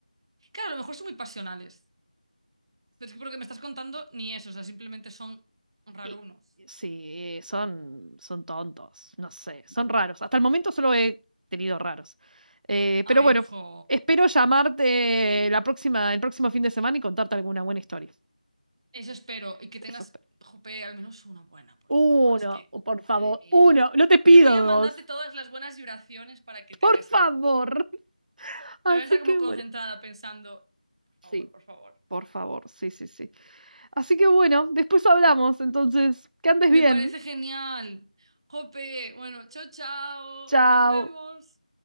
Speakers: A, on the right; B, on the right.
A: Claro, a lo mejor son muy pasionales. Pero es que por lo que me estás contando, ni eso. O sea, simplemente son rarunos.
B: Y- Sí, son, son tontos, no sé, son raros. Hasta el momento solo he tenido raros. Eh, pero
A: Ay,
B: bueno,
A: jo.
B: espero llamarte la próxima, el próximo fin de semana y contarte alguna buena historia.
A: Eso espero. Y que tengas,
B: Eso espero.
A: jope, al menos una buena, por
B: Uno,
A: favor. Es que,
B: por favor,
A: madre mía.
B: uno, no te pido
A: Yo voy a mandarte
B: dos.
A: todas las buenas vibraciones para que tengas
B: Por favor.
A: alguna.
B: <laughs> Así
A: Te voy a estar
B: que
A: como concentrada
B: bueno.
A: pensando, por favor,
B: Sí,
A: por favor.
B: por favor. Sí, sí, sí. Así que bueno, después hablamos. Entonces, que andes
A: Me
B: bien.
A: parece genial. Jope, bueno, chao, chao.
B: Chao.
A: Nos vemos.